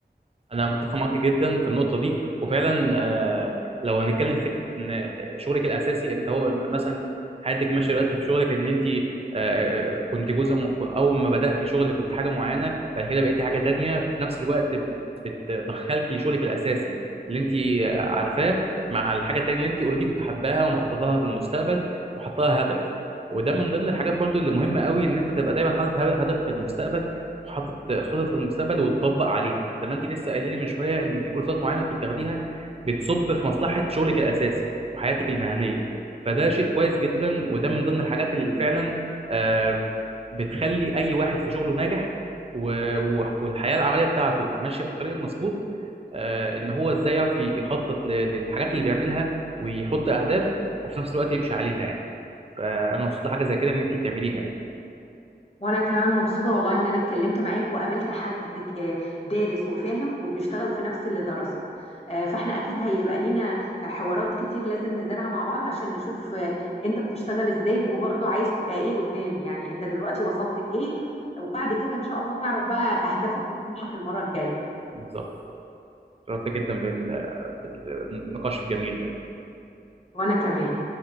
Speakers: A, on the right; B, on the left.
A: انا متفق معاك جدا في النقطه دي وفعلا آه، لو هنتكلم في فكره ان شغلك الاساسي انت هو مثلا حياتك ماشيه دلوقتي في شغلك ان انت آه، آه، كنت جزء م- اول ما بداتي شغل كنت حاجه معينه بعد كده بقيتي حاجه تانية في نفس الوقت بت- بتدخلتي شغلك الاساسي اللي انت آه، عارفاه مع الحاجه التانية اللي انت اوريدي كنت حباها ومخططه لها في المستقبل وحطاها هدف وده من ضمن الحاجات برضو اللي مهمه قوي ان انت تبقى دايما حاطط هدف في المستقبل وحاطط خطط في المستقبل وتطبق عليها زي ما انت لسه قايله لي من شويه ان في كورسات معينه انت بتاخديها بتصب في مصلحه شغلك الاساسي وحياتك المهنيه فده شيء كويس جدا وده من ضمن الحاجات اللي فعلا آه، بتخلي اي واحد في شغله ناجح و- و- والحياه العمليه بتاعته ماشيه في الطريق المظبوط آه، ان هو ازاي يعرف يخطط ل- للحاجات اللي بيعملها ويحط اهداف وفي نفس الوقت يمشي عليها يعني فانا مبسوط لحاجه زي كده ان انت بتعمليها يعني
B: وانا كمان مبسوطه والله ان انا اتكلمت معاك وقابلت حد ك- آه، دارس وفاهم وبيشتغل في نفس اللي درسه آه، فاحنا اكيد هيبقى لينا حوارات كتير لازم ندارها مع بعض عشان نشوف آه، انت بتشتغل ازاي وبرضه عايز تبقى ايه قدام يعني انت دلوقتي وصلت لايه وبعد كده ان شاء الله نعرف بقى اهدافك وطموحك المره الجايه
A: بالظبط شرفت جدا بال... بالنقاش الجميل ده
B: وانا كمان